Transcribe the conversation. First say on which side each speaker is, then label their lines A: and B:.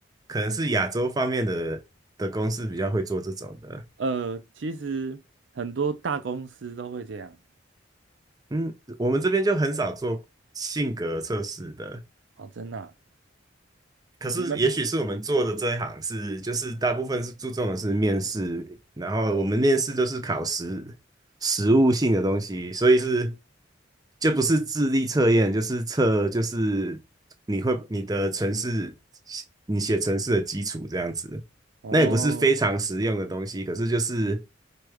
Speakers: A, on the right; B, on the right.
A: 可能是亚洲方面的的公司比较会做这种的。
B: 呃，其实很多大公司都会这样。
A: 嗯，我们这边就很少做性格测试的。
B: 哦，真的啊
A: 可是，
B: 你们
A: 也许是我们做的这一行是，就是大部分是注重的是面试，然后我们面试都是考实实务性的东西，所以是就不是智力测验，就是测就是你会你的程式，你写程式的基础这样子。
B: 哦，
A: 那也不是非常实用的东西，可是就是